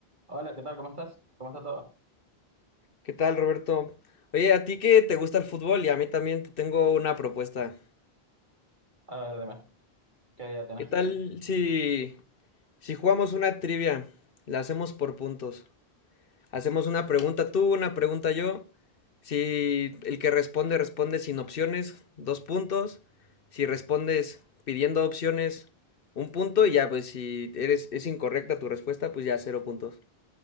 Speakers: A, on the right (about 50°); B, on the left (about 60°).
A: Hola, ¿qué tal? ¿Cómo estás? ¿Cómo está todo?
B: ¿Qué tal, Roberto? Oye, a ti que te gusta el fútbol y a mí también te tengo una propuesta.
A: A ver, dime, ¿qué idea tienes?
B: ¿Qué tal si, si jugamos una trivia? La hacemos por puntos. Hacemos una pregunta tú, una pregunta yo. Si el que responde responde sin opciones, dos puntos. Si respondes pidiendo opciones, un punto. Y ya, pues si eres, es incorrecta tu respuesta, pues ya cero puntos.